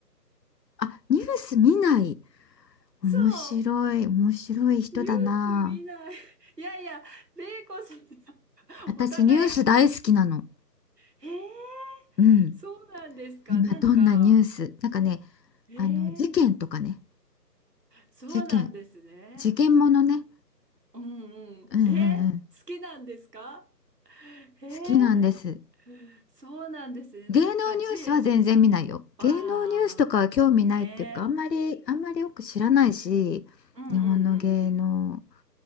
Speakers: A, on the left; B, on the right.
A: あ、ニュース見ない。
B: そう。
A: 面白い。面白い人だな。
B: ニュース見ない。<laughs> いやいや、玲コさん
A: 私ニュース大好きなの。
B: お互い、<laughs> へえ、
A: うん。
B: そうなんですか。
A: 今どんなニュースなんかね
B: なんか、へえ、
A: あの事件とかね
B: そうなんですね。
A: 事件事件ものね
B: うんうん。
A: うんうんうん
B: え、好きなんですかへえ、
A: 好きなんです
B: そうなんですね。なんか、
A: 芸能ニュースは全然見ないよ芸能ニュースとかは興味ないっていうかあんまりあんまりよく知らないし日本の芸能
B: じ、ああ、ねえ。うんうんうん